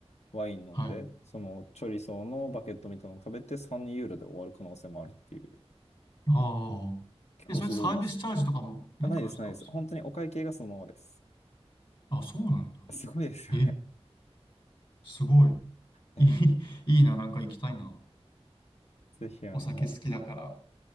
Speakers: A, on the left; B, on the left.
A: ワイン飲んで、
B: はい。
A: そのチョリソーのバケットみたいなのを食べて3ユーロで終わる可能性もあるっていう。
B: ああ。
A: 結構すごいです。
B: え、それサービスチャージとかもないってことですかそ
A: あ、ないです、ないです。本当にお会計がそのままです。
B: あ、そうなんだ。
A: <laughs> すごいですよね。
B: え、すごい。
A: ね。
B: いい、いいな、なんか行きたいな。
A: ぜひ、あの、
B: お酒好きだから。あ